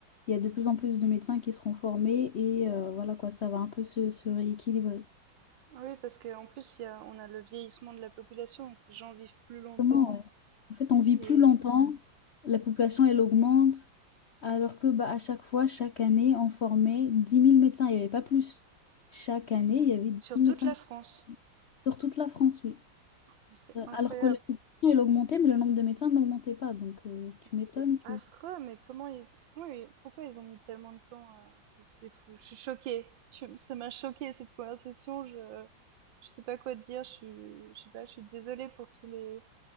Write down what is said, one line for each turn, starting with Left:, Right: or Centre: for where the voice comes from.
Left: il y a de plus en plus de médecins qui seront formés et euh, voilà quoi, ça va un peu se, se rééquilibrer.
Right: Ah Oui, parce qu'en plus, il y a, on a le vieillissement de la population, donc les gens vivent plus longtemps
Left: Comment, ouais. En fait, on vit
Right: et
Left: plus longtemps, la population elle augmente, alors que bah, à chaque fois, chaque année, on formait dix mille médecins, il n'y avait pas plus. Chaque année,
Right: c'est-
Left: il y avait dix
Right: sur
Left: mille
Right: toute
Left: médecins
Right: la France.
Left: sur toute la France, oui.
Right: Mais c'est
Left: Euh,
Right: incroyable.
Left: Alors que la population elle augmentait, mais le nombre de médecins n'augmentait pas. Donc, euh, tu
Right: Mais
Left: m'étonnes
Right: c'est
Left: que...
Right: affreux, mais comment ils, comment ils- pourquoi ils ont mis tellement de temps à... C'est c'est fou, je suis choquée. Tu- ça m'a choquée cette conversation. Je, je sais pas quoi dire. Je suis, je sais pas. Je suis désolée pour tous les,